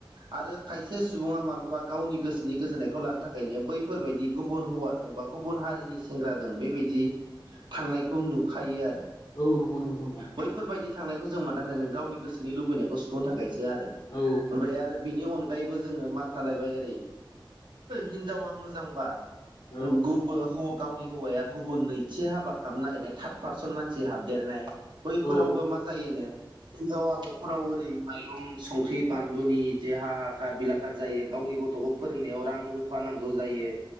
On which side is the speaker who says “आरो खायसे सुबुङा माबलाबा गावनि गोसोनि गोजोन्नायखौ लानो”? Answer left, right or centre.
Right